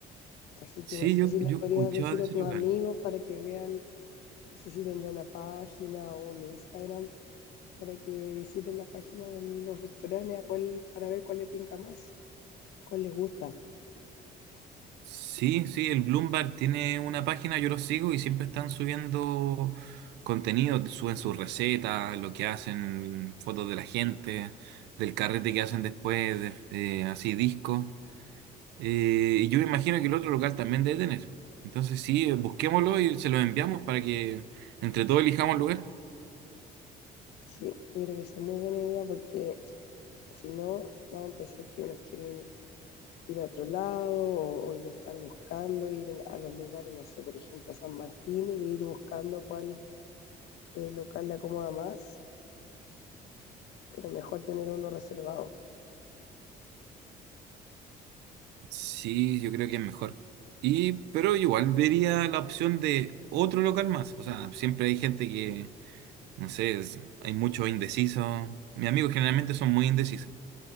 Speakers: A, on the left (about 75°); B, on the right (about 85°).
A: Así que
B: Sí,
A: no sé
B: yo,
A: si le
B: yo
A: podrías
B: he escuchado
A: decir
B: de
A: a
B: ese
A: tus
B: local.
A: amigos para que vean, no sé si tendrán una página o un Instagram para que visiten la página de los restaurantes a cuál, para ver cuál les tinca más, cuál les gusta.
B: Sí, sí, el Bloomberg tiene una página, yo lo sigo y siempre están subiendo contenido, suben sus recetas, lo que hacen, fotos de la gente, del carrete que hacen después, de- eh, así discos. Eh, y yo me imagino que el otro local también debe tener. Entonces sí, eh, busquémoslo y se lo enviamos para que entre todos elijamos el lugar.
A: Sí, yo creo que esa es muy buena idea porque si no, vamos a empezar que unos quieren ir a otro lado o, o ir a estar buscando, ir a los lugares, no sé, por ejemplo, a San Martín, e ir buscando cuál eh, local le acomoda más, pero mejor tener uno reservado.
B: Sí, yo creo que es mejor. Y, pero igual vería la opción de otro local más. O sea, siempre hay gente que No sé, es- hay mucho indeciso Mis amigos generalmente son muy indecisos.